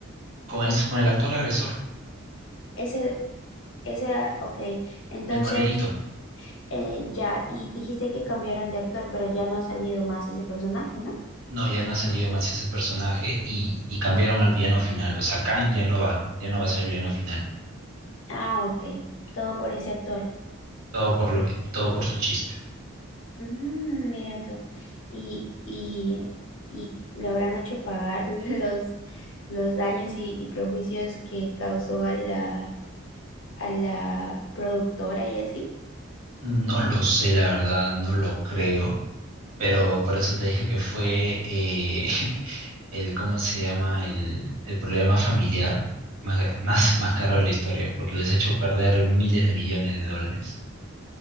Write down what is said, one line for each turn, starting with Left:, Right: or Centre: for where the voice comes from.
Right: Con el, con el actor agresor,
Left: Ese, ese, ok. Entonces...
Right: el morenito.
Left: Eh, ya, y dijiste que cambiaron de actor, pero ya no ha salido más ese personaje, ¿no?
Right: No, ya no ha salido más ese personaje y, y cambiaron al villano final. O sea, Kang ya no va, ya no va a ser el villano final.
Left: Ah, ok. Todo por ese actor.
Right: Todo por lo que, todo por su chiste.
Left: Mm, mira tú. Y, y, y le habrán hecho pagar <laughs> los, los daños y, y prejuicios que causó a la, a la productora y así.
Right: No lo sé, la verdad, no lo creo. Pero por eso te dije que fue eh, <laughs> el, ¿cómo se llama? El, el problema familiar más, más, más caro de la historia, porque les ha hecho perder miles de millones de dólares.